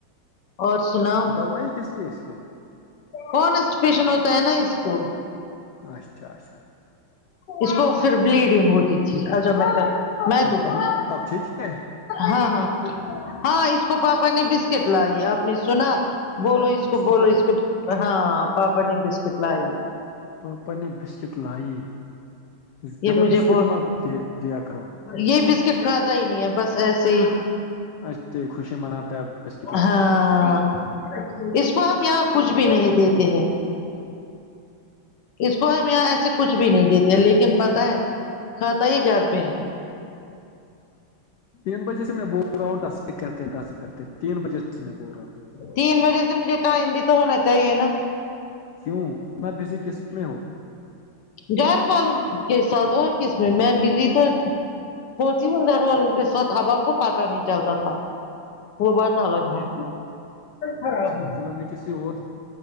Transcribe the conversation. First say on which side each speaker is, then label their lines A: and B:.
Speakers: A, on the left (about 65°); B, on the left (about 85°).
A: اور سناؤ
B: دوائی کس لیے اس کو
A: کونسٹیپشن ہوتا ہے نا اس کو
B: اچھا اچھا
A: اس کو پھر بلیڈنگ ہوتی تھی اج میں
B: اب
A: دوں
B: اب
A: گی
B: اب ٹھیک ہے
A: ہاں ہاں ہاں اس کو پاپا نے بسکٹ لائی آپ نے سنا
B: پاپا
A: بولو
B: نے
A: اس
B: بسکٹ
A: کو بولو
B: لائی
A: اس کو ہاں پاپا نے بسکٹ لائی
B: پاپا نے بسکٹ لائی زیادہ
A: یہ مجھے
B: بسکٹ
A: وہ
B: میت د دیا کرو
A: یہ بسکٹ کھاتا ہی نہیں ہے بس ایسے ہی
B: اچے خوشی منتا ہے بسکٹ لائی
A: ہاں اس کو ہم یہاں کچھ بھی نہیں دیتے ہیں اس کو ہم یہاں ایسے کچھ بھی نہیں دیتے لیکن پتا ہے کھاتا ہی گھر پہ ہے
B: تین بجے سے میں بول رہا ہوں کرتے ٹاسک کرتے تین بجے سے میں بول رہا ہوں
A: تین بجے سے مجھے ٹائم بھی تو ہونا چاہیے نا
B: کیوں اتنا بزی کس میں ہو
A: گھر والوں کے ساتھ اور کس میں میں بزی تو کوچی مدار وال ان کے ساتھ اب آپ کو پتا نہیں چلتا تھا وہ بات الگ ہے خراب
B: اچھا
A: ہو
B: مجھے کسی اور